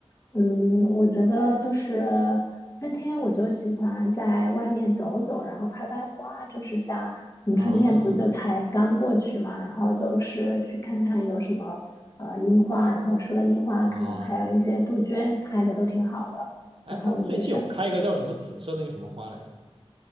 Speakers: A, on the left (about 30°); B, on the right (about 55°).
A: 嗯，我觉得就是春天，我就喜欢在外面走走，然后拍拍花。就是像你春天不就才刚过去嘛，
B: 啊？
A: 然后就是去看看有什么呃樱花，然后除了樱花，
B: 啊，
A: 可能还有一些杜鹃开的都挺好的。
B: 哎，
A: 然后没事儿，
B: 他们最近有开一个叫什么紫色那个什么花来着，